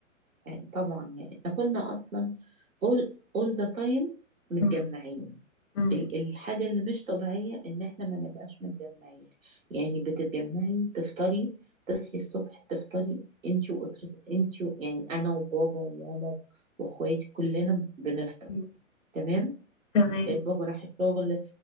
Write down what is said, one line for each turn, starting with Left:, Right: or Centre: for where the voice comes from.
Right: آه، طبعا يعني احنا كنا اصلا all all the time متجمعين
Left: مم. مم.
Right: ال- الحاجة اللي مش طبيعية إن إحنا ما نبقاش متجمعين يعني بتتجمعي تفطري تصحي الصبح تفطري أنتي وأسرة أنتي و... يعني أنا وبابا وماما وإخواتي كلنا بنفطر
Left: مم.
Right: تمام
Left: تمام
Right: بابا راح الشغل